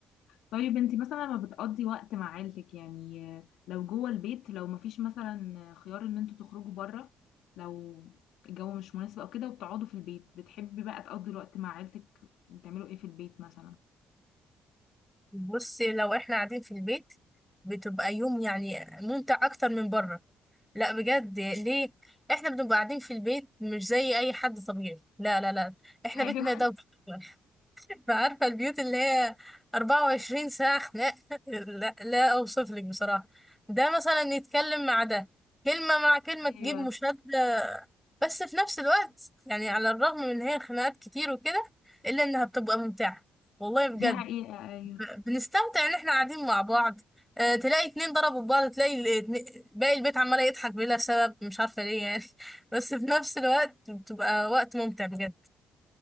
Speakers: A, on the left (about 85°); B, in the centre.
A: طيب انت مثلا لما بتقضي وقت مع عيلتك يعني آه، لو جوه البيت لو مفيش مثلا خيار ان انتوا تخرجوا بره لو الجو مش مناسب او كده وبتقعدوا في البيت بتحبي بقى تقضي الوقت مع عيلتك بتعملوا ايه في البيت مثلا
B: بصي لو احنا قاعدين في البيت بتبقى يوم يعني ممتع اكتر من بره لا بجد ليه احنا بنبقى قاعدين في البيت مش زي اي حد طبيعي لا لا لا احنا
A: ايوه
B: بيتنا دوشة <laughs> عارفة البيوت اللي هي 24 ساعة خناق <laughs> لا لا اوصف لك بصراحة ده مثلا يتكلم مع ده كلمة مع كلمة
A: <laughs> ايوه
B: تجيب مشادة بس في نفس الوقت يعني على الرغم من ان هي خناقات كتير وكده الا انها بتبقى ممتعة والله بجد
A: دي حقيقة ايوه
B: بنستمتع ان احنا قاعدين مع بعض آه، تلاقي اتنين ضربوا في بعض تلاقي ال- اتن- باقي البيت عمال يضحك بلا سبب مش عارفة ليه يعني <laughs> بس في نفس الوقت بتبقى وقت ممتع بجد